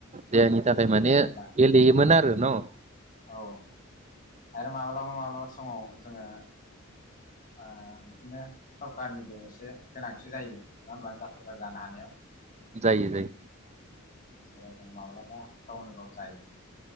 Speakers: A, on the right (about 30°); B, on the left (about 40°).
A: देहनि थाखाय माने
B: नङा होमबा
A: गेलेयोमोन आरो न'
B: औ आरो माब्लाबा माब्लाबा समाव जोङो ओ बिदिनो सरखारारनिबो एसे गोनांथि जायो नङा होमबा जाफुंसार जानो हानायाव
A: जायो जायो
B: जेराव जों माब्लाबा गावनो गाव जायो।